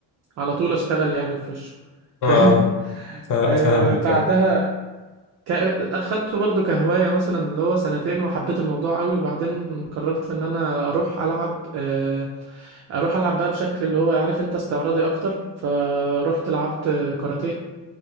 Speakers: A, on the right (about 45°); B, on the left (about 55°).
A: على طول اشتغل يعني في وشه فاهم
B: اه
A: <laughs>
B: فا-
A: آه
B: فاهمك
A: بعدها
B: فاهم
A: ك... اخدته برضو كهواية مثلا اللي هو سنتين وحبيت الموضوع قوي وبعدين قررت ان انا اروح العب آه، اروح العب بقى بشكل اللي هو عارف انت استعراضي اكتر فروحت لعبت كاراتيه